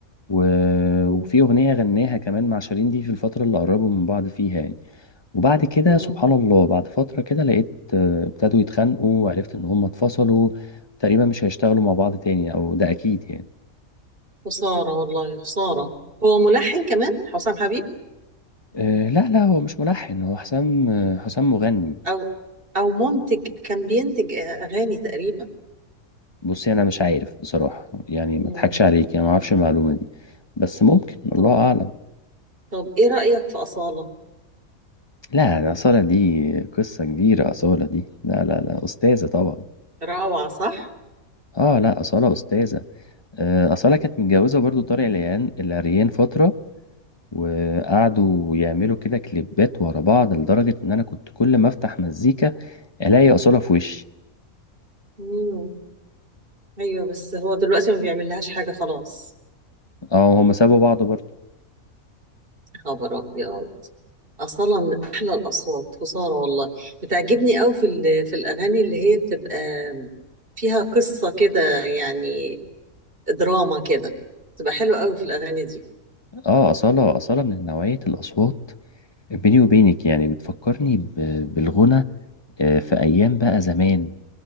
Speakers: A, on the left; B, on the right.
A: و-
B: مم.
A: وفي أغنية غناها كمان مع شيرين دي في الفترة اللي قربوا من بعض فيها يعني وبعد كده
B: مم.
A: سبحان الله بعد فترة كده لقيت آه، ابتدوا يتخانقوا وعرفت إن هم اتفصلوا تقريبا مش هيشتغلوا مع بعض تاني أو ده أكيد يعني
B: خسارة والله خسارة هو ملحن كمان حسام حبيب
A: آه، لا لا هو مش ملحن هو حسام آه، حسام مغني
B: او او منتج كان بينتج اغاني تقريبا
A: بصي أنا مش عارف بصراحة يعني
B: مم.
A: ما أضحكش عليك يعني ما أعرفش المعلومة دي بس ممكن الله
B: طب
A: أعلم
B: طب ايه رأيك في أصالة
A: لا ده أصالة دي قصة كبيرة أصالة دي لا لا لا أستاذة طبعا
B: روعة صح
A: اه لا أصالة أستاذة آه، أصالة كانت متجوزة برضو طارق العيان العريان فترة وقعدوا يعملوا كده كليبات ورا بعض لدرجة إن أنا كنت كل ما أفتح مزيكا ألاقي أصالة في وشي
B: مم. ايوه بس هو دلوقتي ما بيعمل لهاش حاجة خلاص
A: اه هما سابوا بعض برضو
B: خبر ابيض اصلا من احلى الاصوات خساره والله بتعجبني قوي في ال- في الاغاني اللي هي بتبقى فيها قصه كده يعني دراما كده بتبقى حلوه قوي في الاغاني دي
A: اه أصالة أصالة من نوعية الأصوات بيني وبينك يعني بتفكرني ب- بالغنى آه، في أيام بقى زمان